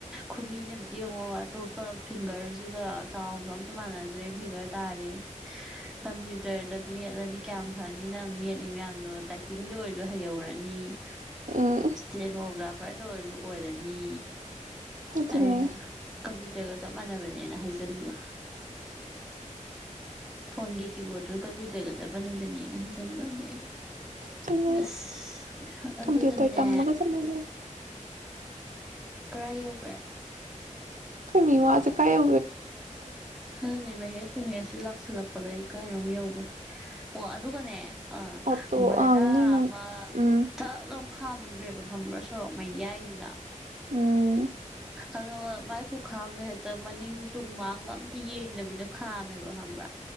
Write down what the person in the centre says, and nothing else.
ꯈꯨꯕꯤꯁꯦ ꯑꯝꯇ ꯌꯦꯡꯉꯣ ꯑꯇꯣꯞꯄ ꯐꯤꯡꯒꯔꯁꯤꯒ ꯆꯥꯎꯁꯨ ꯑꯝꯇ ꯃꯥꯟꯅꯗ꯭ꯔꯦ ꯐꯤꯒꯔ ꯇꯥꯔꯦ ꯀꯝꯄ꯭ꯌꯨꯇꯔꯗ ꯃꯦꯠꯂꯗꯤ ꯀꯌꯥꯝ ꯐꯅꯤ ꯅꯤ ꯅꯪ ꯃꯦꯠꯂꯤ ꯃꯌꯥꯝꯗꯣ ꯇꯥꯏꯄꯤꯡꯗ ꯑꯣꯏꯔꯁꯨ ꯍꯩꯍꯧꯔꯅꯤ
ꯏꯁꯇꯦꯅꯣꯒ꯭ꯔꯥꯐꯔꯗ ꯑꯣꯏꯔꯁꯨ ꯑꯣꯏꯔꯅꯤ
ꯑꯩꯅ ꯀꯝꯄ꯭ꯌꯨꯇꯔꯒ ꯆꯞ ꯃꯥꯟꯅꯕꯅꯦꯅ ꯍꯥꯏꯖꯤꯟꯕ ꯐꯣꯟꯒꯤ ꯀꯤꯕꯣꯔꯗ ꯇ ꯀꯥꯕꯤ ꯇꯒ ꯆ ꯃꯅꯕꯅꯤ ꯆꯪꯕꯗ
ꯑ ꯑꯗꯨꯒꯅꯦ
ꯈꯔꯥ ꯌꯧꯈ꯭ꯔꯦ
ꯑꯅꯦꯦꯕ ꯍꯦꯁꯁꯨ ꯍꯁꯤ ꯂ ꯁꯤꯜꯂꯛꯄꯗ ꯑꯩ ꯀꯩꯅꯣꯝ ꯌꯧꯈ꯭ꯔꯦ ꯑꯣ ꯑꯗꯨꯒꯅꯦ ꯑ
ꯃꯔꯅ
ꯑꯃ
ꯊ ꯈꯝꯈ꯭ꯔꯦꯕ ꯈꯝꯕ꯭ꯔꯥ ꯁꯣꯔꯣꯛ ꯃꯌꯥꯏꯁꯤꯗ
ꯑꯗꯣ ꯃꯥꯏ ꯈꯨꯈꯥꯝꯅꯣ ꯍꯦꯛꯇ ꯃꯅꯤꯡ ꯇꯨꯡ ꯃꯥꯡꯒ ꯌꯦꯡꯗꯕꯤꯗ ꯈꯥꯝꯃꯦꯕ ꯈꯕ꯭ꯔꯥ